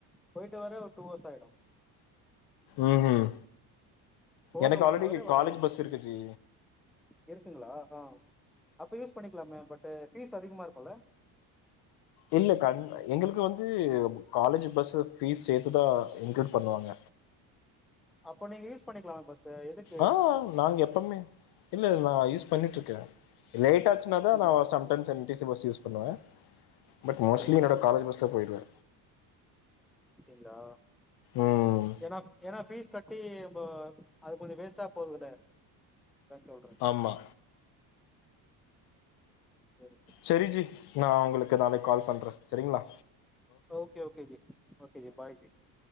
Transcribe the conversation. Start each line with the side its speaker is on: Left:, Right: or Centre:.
Centre: போயிட்டு வர ஒரு டூ ஹவர்ஸ் ஆய்டு
Left: ம்
Centre: போக
Left: எனக்கு ஆல்ரெடி
Centre: ஒன் ஹவர்
Left: இங்க
Centre: வர
Left: காலேஜ்
Centre: ஒன்
Left: பஸ்
Centre: ஹவர்
Left: இருக்கு ஜி
Centre: இருக்குங்களா ஆ அப்ப யூஸ் பண்ணிக்கலாமே பட்டு ஃபீஸ் அதிகமா இருக்கும்ல
Left: இல்ல கண் எங்களுக்கு வந்து காலேஜ் பஸ்ஸு ஃபீஸ் சேத்துதா இன்குளூட் பண்ணுவாங்க
Centre: அப்ப நீங்க யூஸ் பண்ணிக்கலா பஸ்ச எதுக்
Left: ஆ நாங்க எப்பமே இல்ல நா யூஸ் பண்ணிட்ருக்கே லேட்டாச் சுன்னாதா
Centre: அப்டிங்
Left: நா sometimes N T C bus use பண்ணுவே பட்
Centre: ஓகே
Left: மோஸ்ட்லி
Centre: ஓகே
Left: என்னோட காலேஜ் பஸ்லே போயிடுவே
Centre: அப்டிங்களா
Left: ம்
Centre: ஏன்னா ஏன்னா ஃபீஸ் கட்டி இப்போ அது கொஞ்சோ வேஸ்ட்டா போதுல அதா சொல்றேப்டி
Left: ஆமா
Centre: சேரி
Left: சேரி ஜி நா உங்களுக்கு நாளைக் கால் பண்றே சேரிங்ளா
Centre: ஓகே ஓகே ஜ ஓகே ஜி பாய் ஜி